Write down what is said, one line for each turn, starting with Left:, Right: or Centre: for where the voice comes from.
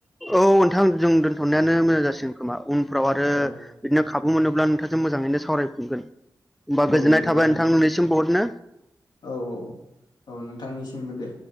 Centre: औ नोंथां जों दोनथ'नायानो मोजां जासिग खोमा। उनफ्राव आरो
Left: औ
Centre: बिदिनो खाबु मोनोब्ला नोंथांजों मोजाङैनो सावरायफिनगोन। होमबा
Left: औ
Centre: गोजोननाय
Left: दे
Centre: थाबाय
Left: जागोन
Centre: नोंथां
Left: दे।
Centre: मोननिसिम बहुतनो।
Left: औ औ औ नोंथांनिसिमबो दे।